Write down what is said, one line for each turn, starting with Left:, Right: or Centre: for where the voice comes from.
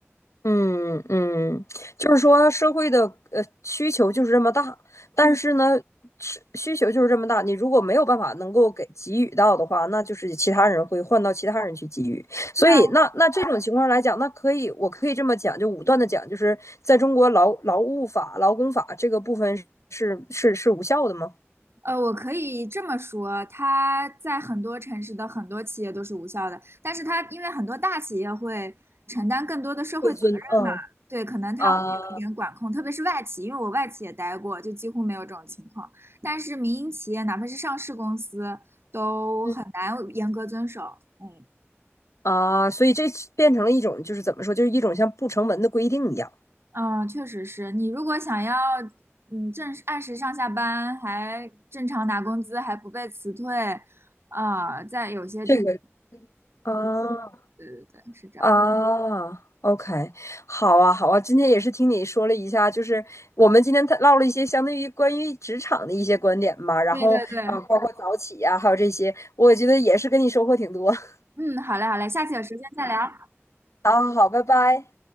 Left: 嗯嗯，就是说社会的呃需求就是这么大，但是呢，
Right: 嗯，
Left: 是需求就是这么大，你如果没有办法能够给给予到的话，那就是其他人会换到其他人去给予。
Right: 是啊。
Left: 所以那那这种情况来讲，那可以我可以这么讲，就武断的讲，就是在中国劳劳务法、劳工法这个部分是是是无效的吗？
Right: 呃，我可以这么说，它在很多城市的很多企业都是无效的，但是它因为很多大企业会承担更多的社会责任嘛，
Left: 会遵嗯
Right: 对，可能它会有一点管控，
Left: 啊
Right: 特别是外企，因为我外企也待过，就几乎没有这种情况。但是民营企业，哪怕是上市公司，都很难严格遵守。
Left: 嗯
Right: 嗯
Left: 啊，所以这变成了一种就是怎么说，就是一种像不成文的规定一样。
Right: 嗯，确实是你如果想要嗯正按时上下班，还正常拿工资，还不被辞退，啊、在有些地方。
Left: 这个啊。
Right: 对对对，是这样。
Left: 啊，OK，好啊，好啊，今天也是听你说了一下，就是我们今天探唠了一些相对于关于职场的一些观点吧，然后啊，
Right: 对对对，
Left: 呃包括早起呀、还有这些，我觉得也是跟你收获挺多。<laughs>
Right: 嗯，好嘞好嘞，下次有时间再聊。
Left: 好好好，拜拜。